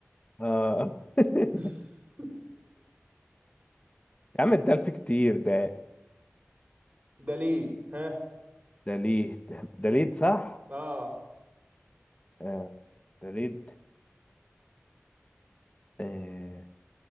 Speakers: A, on the left (about 30°); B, on the right (about 35°).
A: اه <laughs>
B: <laughs>
A: يا عم الدلف كتير ده
B: دليل ها
A: دليد دليد صح
B: اه
A: آه، دليد آه،